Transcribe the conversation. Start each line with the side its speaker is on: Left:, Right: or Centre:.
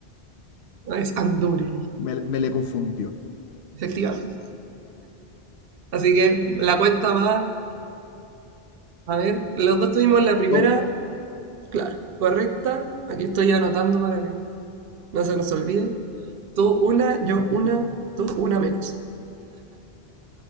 Right: Es Andúril,
Left: Me, me le confundió.
Right: efectivamente. Así que la cuenta va. A ver, los dos tuvimos la primera,
Left: 2 uno
Right: claro, correcta. Aquí estoy anotando para que no se nos olvide. Tú una, yo
Left: <laughs>
Right: una, tú una menos.